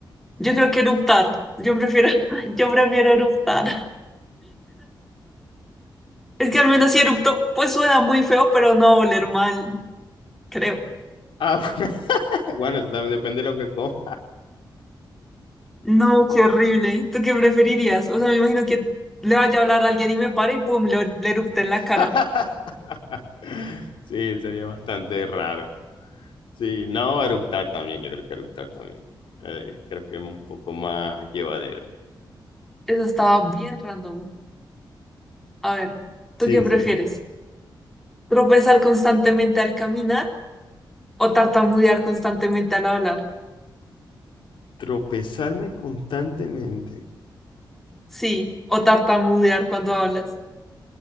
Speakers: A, in the centre; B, on the left (about 90°).
A: Yo creo que eruptar. Yo prefiero, <laughs> yo prefiero eruptar. Es que al menos si erupto, pues suena muy feo, pero no va a oler mal, creo.
B: Ah, bueno, <laughs> bueno, eso también depende de lo que comas.
A: No, qué horrible. ¿Tú qué preferirías? O sea, me imagino que le vaya a hablar a alguien y me pare y pum, le, le erupte en la cara.
B: <laughs> Sí, sería bastante raro. Sí, no, eructar también, yo creo que eructar también. Eh, creo que es un poco más llevadero.
A: Eso estaba bien random. A ver, ¿tú
B: Sí,
A: qué prefieres?
B: sí, sí.
A: ¿Tropezar constantemente al caminar o tartamudear constantemente al hablar?
B: Tropezarme constantemente.
A: Sí, o tartamudear cuando hablas.